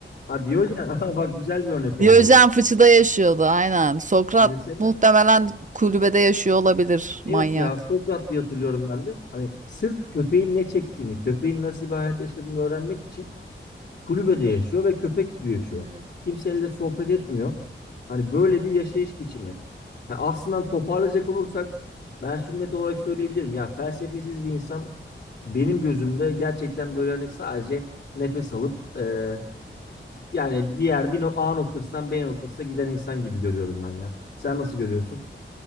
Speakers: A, on the left; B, on the right.
A: Ha Diyojen. <laughs> Aha bak güzel bir örnek oldu
B: Diyojen
A: o da.
B: fıçıda yaşıyordu aynen. Sokrat
A: Mesela
B: muhtemelen kulübede yaşıyor olabilir manyak.
A: Evet ya Sokrat diye hatırlıyorum ben de. Hani sırf köpeğin ne çektiğini, köpeğin nasıl bir hayat yaşadığını öğrenmek için kulübede yaşıyor ve köpek gibi yaşıyor.
B: Hı hı.
A: Kimseyle de sohbet etmiyor. Hani böyle bir yaşayış biçimi. Ha, aslında hani toparlayacak olursak ben şunu net olarak söyleyebilirim. Ya felsefesiz bir insan benim gözümde gerçekten böyle hani sadece nefes alıp e, yani bir yer bir no- A noktasından B noktasına giden insan gibi görüyorum ben ya. Sen nasıl görüyorsun?